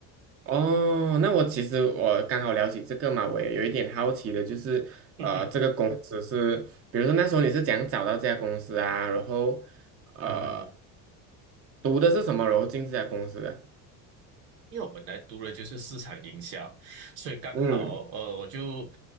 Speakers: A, on the right; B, on the right.
A: 哦，那我其实我刚好聊起这个嘛，我也有一点好奇的，就是呃，
B: <laughs> 嗯哼，
A: 这个公司是，比如说那时候你是怎样找到这家公司啊？然后呃，
B: 嗯哼哼
A: 读的是什么？然后进这家公司的？
B: 因为我本来读的就是市场营销，所以刚好呃，
A: 嗯
B: 我就